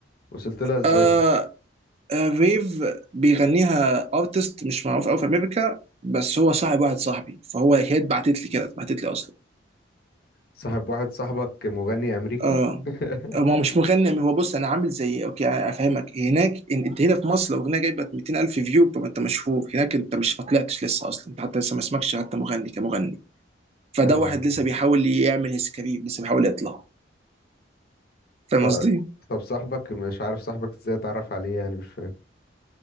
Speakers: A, on the left; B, on the right.
A: وصلت لها ازاي
B: آه
A: دي؟
B: آه ريف بيغنيها ارتست مش معروف أوي في أمريكا بس هو صاحب واحد صاحبي فهو هي اتبعتت لي كده اتبعتت لي أصلا
A: صاحب واحد صاحبك مغني امريكي
B: اه
A: <laughs>
B: ما هو مش مغني هو بص انا عامل زي اوكي أنا افهمك هناك إن- انت هنا في مصر لو اغنيه جايبه 200000 فيو يبقى انت مشهور هناك انت مش ما طلعتش لسه اصلا انت حتى لسه ما اسمكش حتى مغني كمغني فده
A: أيوة.
B: واحد لسه بيحاول يعمل هيز كارير لسه بيحاول يطلع فاهم
A: ف...
B: قصدي؟
A: طب صاحبك مش عارف صاحبك ازاي اتعرف عليه يعني مش فاهم